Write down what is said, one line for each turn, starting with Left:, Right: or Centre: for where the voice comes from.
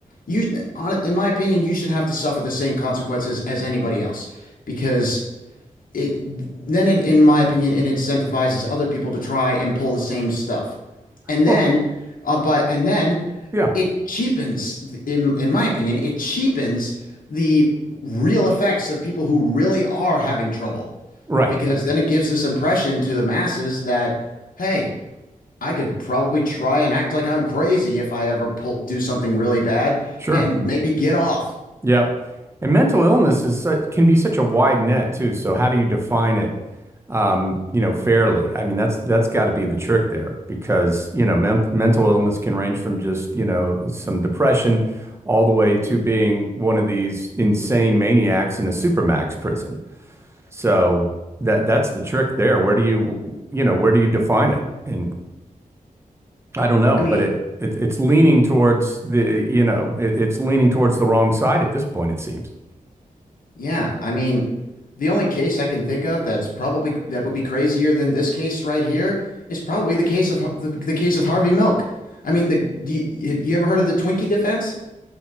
Left: you in my opinion you should have to suffer the same consequences as anybody else because it then it, in my opinion, it incentivizes other people to try and pull the same stuff, and
Right: Well,
Left: then, uh, but and then,
Right: yeah.
Left: it cheapens, in in my opinion, it cheapens the real effects of people who really are having trouble
Right: Right.
Left: because then it gives this impression to the masses that, hey, I could probably try and act like I'm crazy if I ever pull, do something really bad
Right: Sure.
Left: and maybe get off.
Right: Yep. And mental illness is su can be such a wide net too. So how do you define it, um, you know, fairly? I mean, that's that's got to be the trick there because, you know, men mental illness can range from just, you know, some depression all the way to being one of these insane maniacs in a supermax prison. So that that's the trick there. Where do you, you know, where do you define it? And I don't know,
Left: I mean,
Right: but it, it it's leaning towards the, you know, it, it's leaning towards the wrong side at this point, it seems.
Left: Yeah, I mean, the only case I can think of that's probably that would be crazier than this case right here is probably the case of Har- the, the case of Harvey Milk. I mean, the do you, you ever heard of the Twinkie defense?